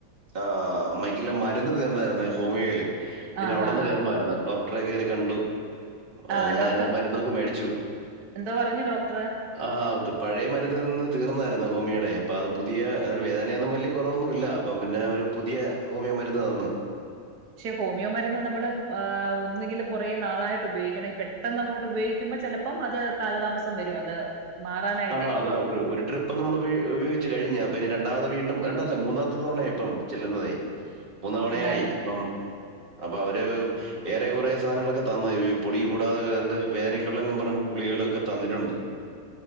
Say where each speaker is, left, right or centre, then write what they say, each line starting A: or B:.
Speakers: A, on the right; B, on the right.
A: ആ <unintelligible> മരുന്ന് തീർന്നായിരുന്നെ ഹോമിയോയില്. പിന്നെ
B: ആ
A: അവിടെന്ന്
B: ഹാ ഹാ
A: കെയർന്നായിരുന്നു ഡോക് റേ കേറി കണ്ടു.
B: ആ
A: അങ്ങനെ
B: ഡോക്ടർ
A: മരുന്നൊക്കെ മേടിച്ചു.
B: എന്തോ പറഞ്ഞു ഡോക്ടർ
A: ആഹക്ക പഴയ മരുന്ന് നിന്ന് തീർന്നായിരുന്നു ഹോമിയോടെ. അപ്പോം അത് പുതിയ വേദനയൊന്നും വലിയ കുറവൊന്നും ഇല്ല. അപ്പം പിന്നെ ഒരു പുതിയ ഹോമിയ മരുന്ന് തന്ന്.
B: പക്ഷെ ഹോമിയോ മരുന്ന് നമ്മള് ആ ഒന്നുങ്കില് കുറേ നാളായിട്ട് ഉപയോഗിക്കണം. ഈ പെട്ടെന്ന് അങ്ങോട്ട് ഉപയോഗിക്കുമ്പോ ചിലപ്പം അത് കാലതാമസം വരും. അത് മാറാനായിട്ടേ
A: ആഹ് അതാ ഒരുട്രിപ്പ് നമ്മൾ ഉപയോഗിച്ച് കഴിഞ്ഞാ. പിന്നെ രണ്ടാമത് വീണ്ടും രണ്ടല്ല മൂന്നാമത്തെ തവണയായി ഇപ്പം ചെല്ലുന്നതെ. മൂന്ന്‌ തവണയായി
B: എന്നാലും
A: അപ്പം അപ്പൊ അവര് വേറെ കുറെേ സാധനങ്ങളൊക്കെ തന്നു. ഈ പൊടി കൂടാതെ ണ്ട് വേദനക്കുള്ള എന്നും പറഞ്ഞ് ഗുളിക കളോക്കെ തന്നിട്ടുണ്ട്.